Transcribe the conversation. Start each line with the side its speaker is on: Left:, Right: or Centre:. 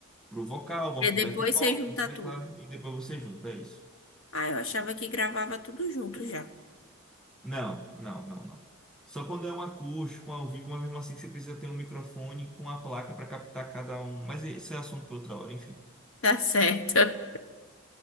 Centre: pro vocal, uma
Left: e
Centre: pro
Left: depois
Centre: back vocal,
Left: você junta
Centre: pro teclado,
Left: tudo.
Centre: e depois você junta, é isso.
Left: Ah, eu achava que gravava tudo junto já.
Centre: Não, não, não, não. Só quando é um acústico, ao vivo, mas mesmo assim que você precisa ter um microfone com a placa para captar cada um. Mas esse é assunto para outra hora, enfim.
Left: Tá certo.